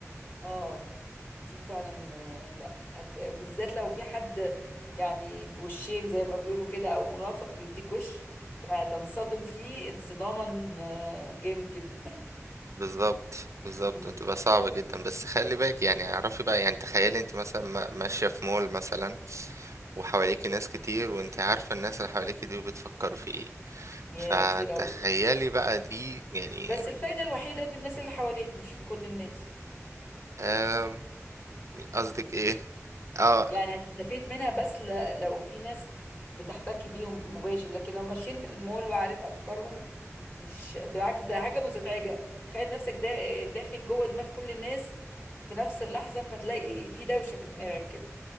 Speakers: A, on the left; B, on the right.
A: اه دي فعلا آه، لا هت- بالذات لو في حد يعني بوشين زي ما بيقولوا كده او منافق بيديك وش فتنصدم فيه انصداما آه، جامد جدا
B: بالظبط بالظبط
A: مم.
B: هتبقى صعبة جدا بس خلي بالك يعني اعرفي بقى يعني تخيلي انت مثلا ما- ماشية في مول مثلا وحواليكي ناس كتير وانت عارفة الناس اللي حواليكي دي بتفكروا في ايه
A: <laughs> يا
B: فتخيلي
A: كتير قوي
B: بقى دي يعني
A: بس الفايدة الوحيدة في الناس اللي حواليك مش في كل الناس
B: آم، قصدك ايه اه
A: يعني هتستفيد منها بس ل- لو في ناس بتحتكي بيهم مباشر لكن لو ماشيين في المول وعارف افكارهم مش بالعكس ده حاجة مزعجة تخيل نفسك دا داخل جوه دماغ كل الناس في نفس اللحظة فتلاقي في دوشة في دماغك كده